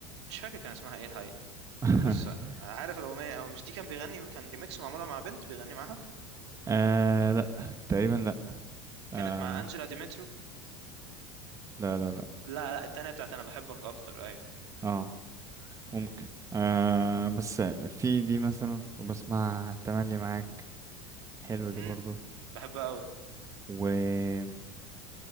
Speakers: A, on the right (about 70°); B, on the right (about 20°).
A: مش فاكر كان اسمها ايه الحقيقه
B: <laughs>
A: بس عارف الأغنية هو مش دي كان بيغني كان ريميكس معمولة مع بنت بيغني معاها
B: آه لا تقريبا لا آه
A: كانت مع أنجلا ديمترو
B: لا لا لا
A: لا لا التانية بتاعت أنا بحبك أكتر أيوة
B: اه ممكن آه بس في دي مثلا وبسمع تملي معاك حلو دي
A: امم
B: برضو
A: بحبها أوي
B: و